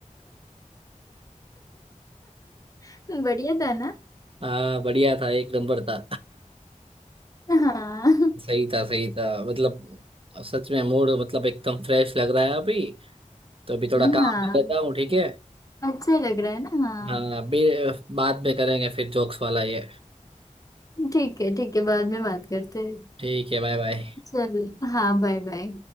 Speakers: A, on the left; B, on the right.
A: <laughs> बढ़िया था ना
B: हाँ बढ़िया था एक नंबर था
A: हाँ
B: सही था सही था मतलब सच में मूड मतलब एकदम फ्रेश लग रहा है अभी तो अभी थोड़ा
A: हाँ
B: काम कर लेता हूँ ठीक है
A: अच्छा लग रहा है ना हाँ
B: हाँ अभी बाद में करेंगे फिर जोक्स वाला ये
A: ठीक है ठीक है बाद में बात करते हैं
B: ठीक है बाय बाय
A: चल हाँ बाय बाय